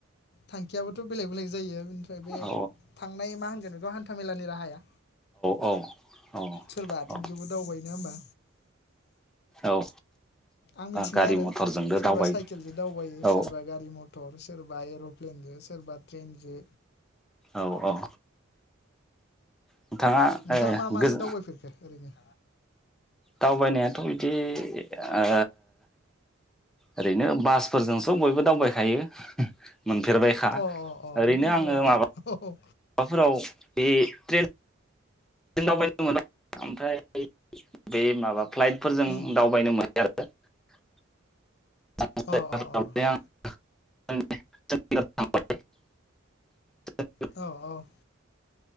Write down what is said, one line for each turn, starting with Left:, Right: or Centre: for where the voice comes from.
Left: थांखियाबोथ बेलेग बेलेग जायो। बेनिफ्राय बे
Centre: औ
Left: थांनाय मा होनो जेनेबा हान्थाामेलानि राहाया
Centre: औ औ
Left: सोरबा आथिंजोंबो
Centre: औ
Left: दावबाय नङा होमबा?
Centre: औ।
Left: आं मिथिनाय
Centre: गारि
Left: आरो
Centre: मथरजोंनो
Left: सोरबा
Centre: दावबायो
Left: साइकेलजों दावबायो
Centre: औ
Left: सोरबा गारि मथर सोरबा एर फेनजो सोरबा ट्रेनजो
Centre: औ औ। नोंथाङा
Left: नोंथाङा
Centre: ओ
Left: मा माजों
Centre: गोजो
Left: दावबायफेरखो ओरैनो?
Centre: दावबायनायाथ इदि ओ ओरैनो बासफोरजों स बयबो दावबायखायो। मोनफेरबायखा
Left: अ अ
Centre: ओरैनो
Left: बेबो नंगौ
Centre: आङो
Left: औ
Centre: माबा माबाफोराव
Left: औ
Centre: बेे ट्रे दावबायनो <unintelligible> ओमफ्राय बे माबा फ्लाइटफोरजों
Left: उम
Centre: दावबायनो मोन <unintelligible> <unintelligible>
Left: अ अ अ
Centre: आं <unintelligible>
Left: औ औ